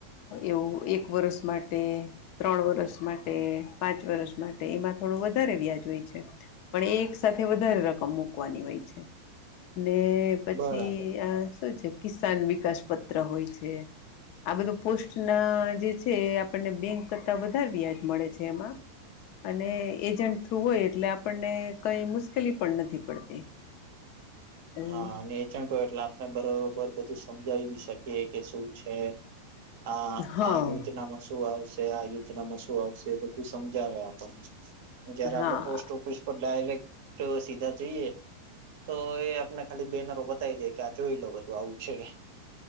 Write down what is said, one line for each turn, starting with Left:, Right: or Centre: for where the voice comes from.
Left: એવું એક વરસ માટે ત્રણ વરસ માટે પાંચ વર્ષ માટે એમાં થોડું વધારે વ્યાજ હોય છે પણ એ એક સાથે વધારે રકમ મૂકવાની હોય છે
Right: <inaudible>
Left: ને પછી
Right: બરાબર
Left: આ શું છે કિસાન વિકાસ પત્ર હોય છે. આ બધું પોસ્ટના જે છે એ આપણને બેંક કરતા વધારે વ્યાજ મળે છે એમાં. અને એજન્ટ થ્રુ હોય એટલે આપણને કઈ મુશ્કેલી પણ નથી પડતી. એવું
Right: હા ને એજન્ટ હોય એટલે આપણે બરોબર બધું સમજાવી બી શકે કે શું છે આ
Left: હા
Right: આ યોજનામાં શું આવ શે આ યોજનામાં શું આવશે એ બધું સમજાવે આપને જયારે
Left: હા
Right: આપણે પોસ્ટ ઓફિસ પર ડાયરેક્ટ સીધા જઈએ તો એ ને ખાલી બેનરો બતાઈ દે કે આ જોઈ લો બધું આવું છે.